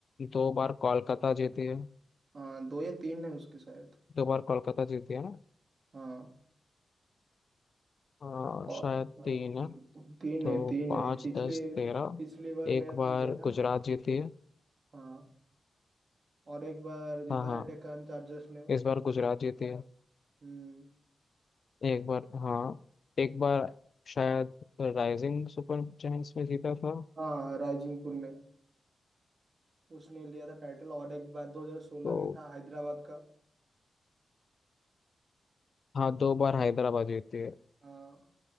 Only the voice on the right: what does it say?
हाँ दो या तीन है उसके शायद
हाँ
और
तीन
है तीन
है पिछली
पिछली बार लिया
था लिया था
ना
हाँ और एक बार जीता
है डेक्कन चार्जर्स ने
हम्म
हाँ राइजिंग पुन ने उसने लिया था टाइटल और एक बार 2016
में था हैदराबाद का
हाँ